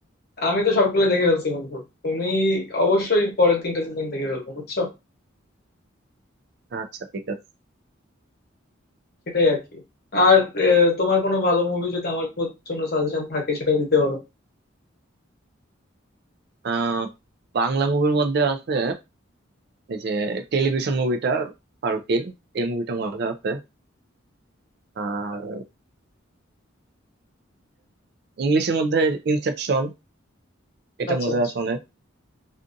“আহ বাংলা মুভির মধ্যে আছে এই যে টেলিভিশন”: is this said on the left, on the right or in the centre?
Right